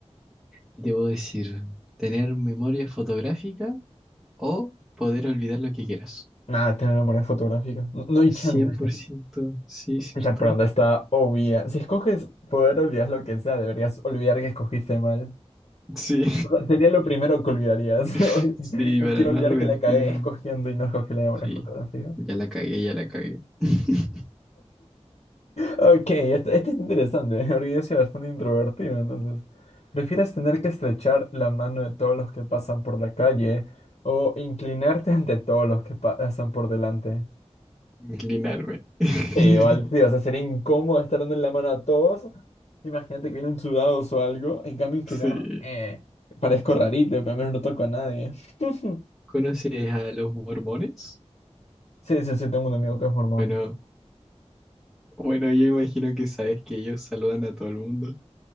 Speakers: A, in the centre; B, on the left.
A: ¿Qué te puedo decir? ¿Tener memoria fotográfica o poder olvidar lo que quieras?
B: Nada, tener memoria fotográfica. No, no hay
A: Cien
B: chance. de
A: por
B: que-
A: ciento, sí, ¿cierto?
B: Esa pregunta está obvia. Si escoges poder olvidar lo que sea, deberías olvidar que escogiste mal.
A: Sí,
B: O sea, sería lo primero que olvidarías.
A: <laughs>
B: <laughs>
A: sí, para
B: Quiero
A: no
B: olvidar
A: arrepentirme.
B: que la cagué escogiendo y no escogí la memoria
A: Sí,
B: fotográfica.
A: ya la cagué, ya la cagué. <laughs>
B: Ok, este, este es interesante, <laughs> porque yo soy bastante introvertido, entonces, ¿prefieres tener que estrechar la mano de todos los que pasan por la calle o inclinarte ante todos los que pa- pasan por delante?
A: Inclinarme. <laughs>
B: Sí, igual, tío, o sea, sería incómodo estar dando la mano a todos. Imagínate que vienen sudados o algo, en cambio inclinarme,
A: Sí.
B: eh, parezco rarito, pero al menos no toco a nadie. <laughs>
A: ¿Conoces a los mormones?
B: Sí, sí, sí, tengo un amigo que es mormón.
A: Bueno, bueno, yo imagino que sabes que ellos saludan a todo el mundo.